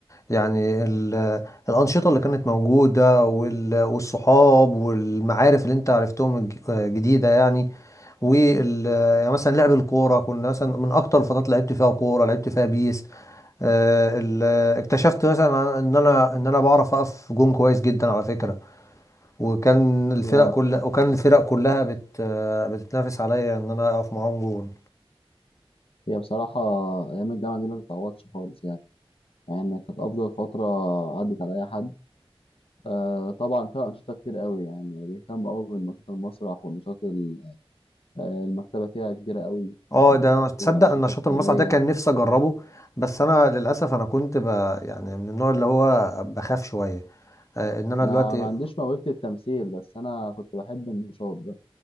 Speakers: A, on the left; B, on the left.
A: يعني ال- الانشطه اللي كانت موجوده وال- والصحاب والمعارف اللي انت عرفتهم الج- جديده يعني وال يعني مثلا لعب الكوره كنا مثلا من اكتر الفترات اللي لعبت فيها كوره لعبت فيها بيس آه، ال- اكتشفت مثلا ان انا ان انا بعرف اقف جون كويس جدا على فكره وكان الفرق
B: هي
A: كلها وكان الفرق كلها بت آه، بتتنافس عليا ان انا اقف معاهم جون
B: هي بصراحة أيام الجامعة دي ما تتعوضش خالص يعني يعني كانت أفضل فترة عدت على أي حد آه طبعا فيها أنشطة كتير قوي يعني بيهتم قوي بالنشاط المسرح والنشاط ال- آه، المكتبة فيها كبيرة قوي
A: اه
B: يعني
A: ده انا تصدق
B: أي أنشطة
A: ان نشاط
B: كتابية
A: المصنع ده كان نفسي اجربه بس انا للاسف انا كنت ب... يعني من النوع اللي هو بخاف شويه آه، ان انا
B: أنا
A: دلوقتي
B: ما عنديش موهبة التمثيل بس أنا كنت بحب النشاط ده